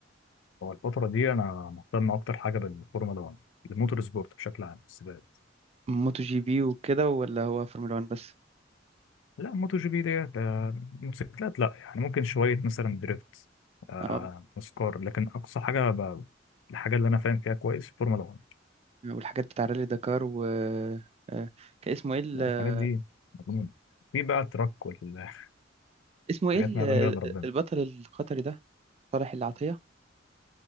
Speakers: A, on the left; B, on the right.
A: هو الفترة دي أنا مهتم أكتر حاجة بالفورمولا 1 الموتور سبورت بشكل عام السباقات
B: موتو جي بي وكده ولا هو فورمولا 1 بس
A: لا موتو جي بي ديت آه، موتوسيكلات لا يعني ممكن شوية مثلا دريفت آه
B: اه
A: نسكار لكن أقصى حاجة ب... الحاجة اللي أنا فاهم فيها كويس فورمولا 1
B: والحاجات بتاع رالي دكار و آه، كان اسمه ايه ال-
A: لا الحاجات دي مجنونة في بقى تراك والحاجات
B: اسمه ايه
A: <laughs> ما
B: ال-
A: يعلم بيها إلا ربنا
B: البطل القطري ده صالح العطيه